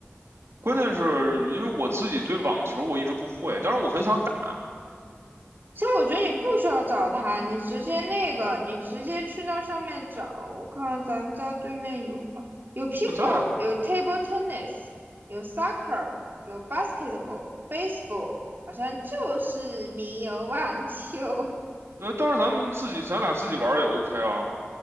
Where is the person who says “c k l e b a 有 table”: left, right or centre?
Right